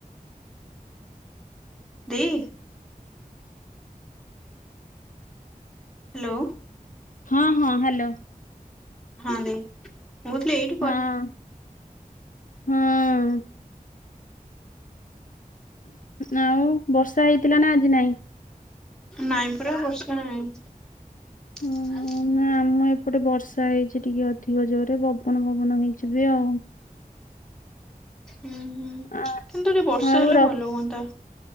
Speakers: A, in the centre; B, on the left.
A: ଦେଇ ହ୍ୟାଲୋ।
B: ହଁ ହଁ ହ୍ୟାଲୋ।
A: ହଁ ଦେ ମୁଁ ଥିଲି ଏଇଠି
B: ହଁ ହୁଁ। ଆଉ ବର୍ଷା ହେଇଥିଲା ନା ଆଜି ନାହିଁ।
A: ନାଇଁ ପୁରା ବର୍ଷା ନାଇଁ। <inaudible>
B: ଓହୋ ନା ଆମ ଏପଟେ ବର୍ଷା ହେଇଚି ଟିକେ ଅଧିକ ଜୋରରେ ପବନ ପବନ ହେଇଚି ବି ଆଉ।
A: ହୁଁ ହୁଁ
B: ଆ
A: କିନ୍ତୁ ଟିକେ ବର୍ଷା
B: ଆଉ
A: ହେଲେ
B: ର
A: ଭଲ ହୁଅନ୍ତା।